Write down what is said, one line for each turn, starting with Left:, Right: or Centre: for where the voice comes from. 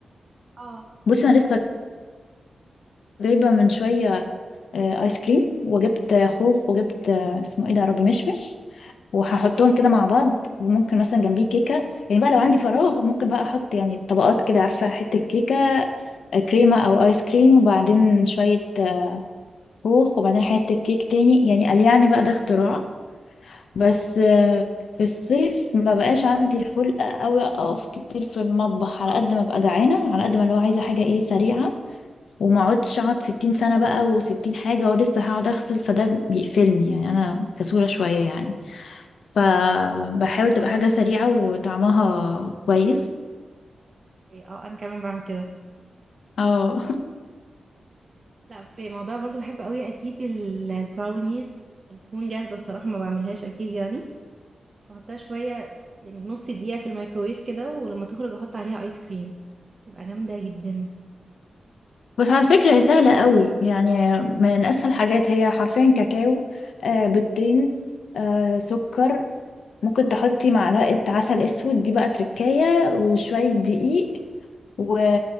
Right: اه
Left: بصي انا لسه جايبة من شوية آه، ايس كريم وجبت خوخ وجبت آه، اسمه ايه ده يا ربي مشمش وهحطهم كده مع بعض وممكن مثلا جنبيه كيكه يعني بقى لو عندي فراغ ممكن بقى احط يعني طبقات كده عارفه حته كيكه آه، كريمه او ايس كريم وبعدين شويه آه، خوخ وبعدين حته كيك تاني يعني قال يعني بقى ده اختراع بس آه، في الصيف ما بقاش عندي خلق قوي اقف كتير في المطبخ على قد ما ببقى جعانه على قد ما اللي هو عايزه حاجه ايه سريعه وما اقعدش اقعد 60 سنة بقى و60 حاجة ولسه هقعد اغسل فده بيقفلني يعني انا كسولة شوية يعني فبحاول تبقى حاجة سريعة وطعمها كويس
Right: إيه، اه انا كمان بعمل كده
Left: اه
Right: لا في موضوع برضو بحب قوي اجيب ال- البراونيز التكون جاهزه الصراحه ما بعملهاش اكيد يعني واحطها شوية يعني نص دقيقة في الميكروويف كده ولما تخرج احط عليها ايس كريم تبقى جامدة جدا
Left: <laughs> بس على فكرة هي سهلة قوي يعني من اسهل حاجات هي حرفيا كاكاو آه بيضتين آه سكر ممكن تحطي معلقة عسل اسود دي بقى تركاية وشوية دقيق و...